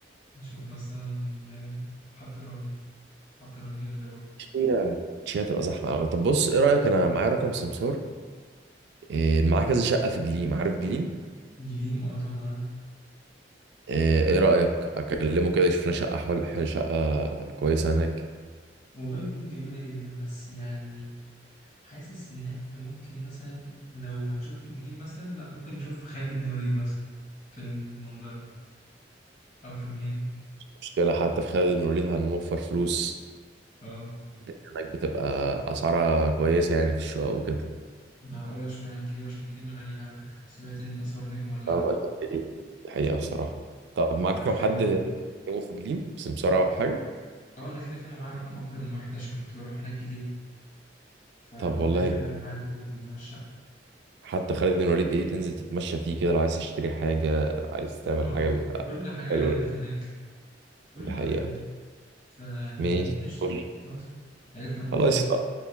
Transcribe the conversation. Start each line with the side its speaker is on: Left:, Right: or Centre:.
Left: نشوف مثلا ال- حط الرمل حط الرمل جميله برضه
Right: هي مش هي هتبقى زحمة أوي طب بص إيه رأيك أنا معايا رقم سمسار إيه، معاه كذا شقة في جليم عارف جليم
Left: جليم اه طبعا عارف
Right: ايه إيه رأيك اكلمه كده يشوف لنا شقة حول حل- شقة كويسة هناك
Left: والله جليم جميلة جدا بس يعني حاسس ان احنا ممكن مثلا لو هنشوف في جليم مثلا لا ممكن نشوف خالد بن وليد مثلا في المنظرة او في ميامي
Right: مشكلة حتى في خالد بن الوليد هنوفر فلوس
Left: اه
Right: لأن هناك بتبقى اسعارها كويسة يعني في الشقق وكده
Left: معقولة شوية عن جليم عشان جليم غالية على فكرة سمعت ان الاسعار هناك مولعة
Right: اه ده حقيقة ده حقيقة بصراحة طب معاك
Left: فخالد
Right: كم حد يكلمه في جليم بس بسرعة أو حاجة
Left: اه انا كده كده معايا رقم اكتر من واحد عشان كنت بروح هناك كتير فممكن
Right: طب والله
Left: اكلم
Right: جامد.
Left: حد ويجيب لنا الشقة
Right: حتى خالد بن الوليد ايه تنزل تتمشى فيه كده لو عايز تشتري حاجة عايز تعمل
Left: اه
Right: حاجة بيبقى
Left: اه كل حاجة
Right: حلو
Left: عندك
Right: يعني
Left: هناك كل
Right: ده حقيقة
Left: حاجة فيعني
Right: ماشي
Left: قشطة
Right: قول لي.
Left: خلاص عرفنا نقعد
Right: خلاص
Left: فين